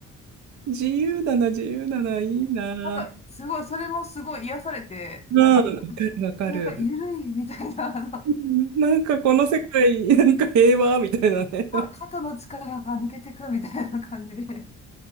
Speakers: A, on the right; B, on the left.
A: う。<laughs> 自由だな、自由だな、いいな。
B: なんか、すごい、それもすごい癒されて、
A: うん、
B: なんか、
A: わかる、わかる。
B: なんかゆるいみたいな、あの、な
A: うんなんかこの世界、
B: んか
A: なんか平和、みたいなね。
B: か肩の力が抜けてくみたいな感じで、
A: <laughs>